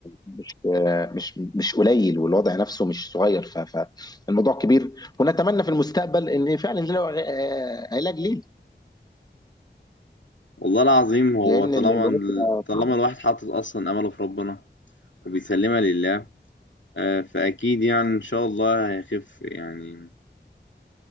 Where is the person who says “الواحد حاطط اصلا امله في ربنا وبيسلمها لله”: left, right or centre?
Left